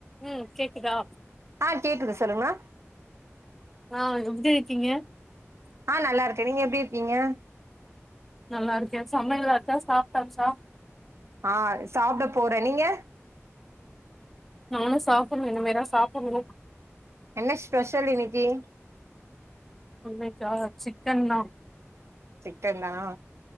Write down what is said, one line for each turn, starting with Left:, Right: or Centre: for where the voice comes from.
Centre: <inaudible> ம் கேக்குதா
Right: ஆ கேக்குது சொல்லுங்கண்ணா
Centre: ஆஹ் எப்டி இருக்கீங்க
Right: ஆ நல்லா இருக்கேன் நீங்க எப்டி இருக்கீங்க
Centre: நல்லா இருக்கேன் சமையல் ஆச்சா சாப்டாச்சா
Right: ஆ சாப்ட போறேன் நீங்க?
Centre: நானும் சாப்புடன்னும் இனிமேதா சாப் <inaudible>
Right: என்ன ஸ்பெஷல் எனிதிங்
Centre: இன்னைக்கா சிக்கன்தா
Right: சிக்கன்தானா